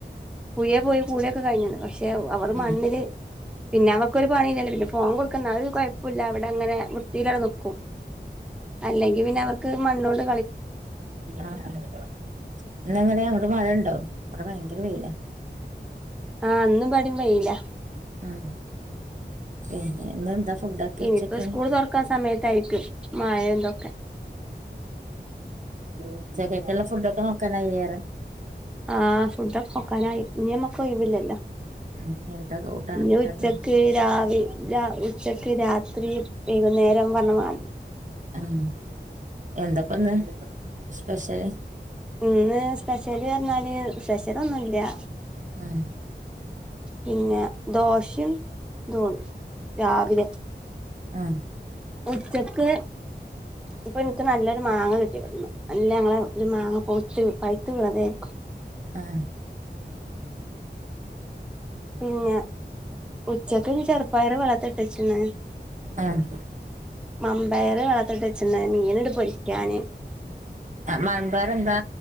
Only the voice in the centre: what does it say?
പുയെ പോയെ കുളിയൊക്കെ കഴിഞ്ഞു പക്ഷേ അവർ
മണ്ണില് പിന്നെ അവർക്കൊരു പണില്ലല്ല പിന്നെ ഫോൺ കൊടു ഒരു കുഴപ്പമില്ല അവിടെ അങ്ങനെ വൃത്തിയിലടെ നിക്കും അല്ലെങ്കിൽ പിന്നെ അവർക്ക് മണ്ണോട്
ആഹ ഇന്നു ഇവിടേം വെയില
ഇനിയിപ്പോ
സ്കൂൾ തുറക്കാൻ സമയത്തായിരിക്കും മായെ ന്തൊക്കെ
ആഹ ഫുഡൊക്കെ കൊക്കാനായി ഇനി നമ്മക്ക് ഒഴിവില്ലല്ലോ
ഇനി
ഉച്ചക്ക് രാവി രാ ഉച്ചക്ക് രാത്രി വൈകുന്ന നേരം വര്നമായി
ഇന്ന് സ്പെഷ്യല് എന്താല്ലേ സ്പെഷ്യലോന്നുല്ല....
പിന്നെ ദോശയും <unintelligible> രാവിലെ
ഉച്ചക്ക് ഇപ്പൊന്ക്ക് നല്ലൊരു മാങ്ങ കിട്ടി വിടുന്നു നല്ല ഞങ്ങളെ ഒരു മാങ്ങ പോത്തു് പഴ്ത്ത് വീണതാരിക്കും
പിന്നാ ഉച്ചക്ക് ഇനി ചെറുപ്പായർ വെള്ള ത്തിട്ടച്ചിന്
മം പയറ് വെള്ളത്തിൽട്ട് വച്ചീണ്ട് മീനിണ്ട് പൊരിക്കാന്